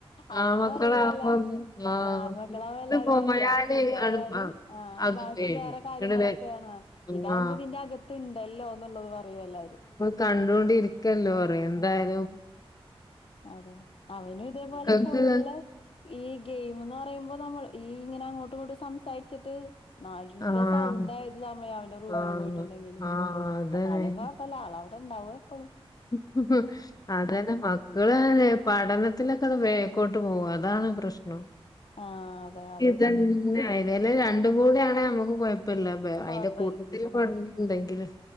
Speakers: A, on the left (about 65°); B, on the left (about 40°).
A: അതും
B: ആമക്കളാവുമ്പം
A: പറയും എല്ലാവരും
B: ആഹ്
A: ആൺമക്കളാവ
B: ഇത്
A: എല്ലാവരും
B: പോയാല്
A: പറയും പൊറത്ത് ത്ത് പോയാല്
B: അടു ആ
A: ആഹ്
B: അത്
A: ബാക്കി
B: പേടി
A: വേറെ കാര്യങ്ങളൊക്കെയാണ്
B: ഇങ്ങട് വെ
A: ഇതാവുമ്പോ
B: ആഹ്
A: ഇതിന്റെ അകത്ത് ഇണ്ടല്ലോ എന്നുള്ളത് പറയും എല്ലാവരും
B: കണ്ടൊണ്ടിരിക്കല്ലോ പറയും എന്തായാലും
A: ഉം അതെ അവനും ഇതേപോലെ
B: മക്കക്ക്
A: ഫുള്ള് ഈ ഗെയിം എന്ന് പറയുമ്പോ നമ്മൾ ഈ ഇങ്ങനെ അങ്ങോട്ടും ഇങ്ങോട്ട് സംസാരിച്ചിട്ട് നല്ല
B: ആഹ്
A: സൗണ്ട് ആയത് സമയം അവന്റെ റൂമില്
B: ആഹ്
A: പോയിട്ടുണ്ടെങ്കിൽ
B: ആഹ് അതന്നെ
A: എന്നാലും കൊഴപ്പമില്ല ആളവിടെ ഒണ്ടാവും എപ്പളും
B: <unintelligible> അതേ പിന്നെ മക്കള് പഠനത്തിലൊക്കെ അത് ബേക്കോട്ട് പോകും അതാണ് പ്രശ്നം
A: ആഹ് അതെ അതിട്ട്
B: ഇതന്നെ ആയത് അല്ലെ രണ്ടും കൂടെയാണെ നമുക്ക് കൊയപ് പ്പില്ല
A: കൊഴപ്പ
B: അതിന്റെ കൂട്ടത്തിൽ പഠനം ഉണ്ടെങ്കില്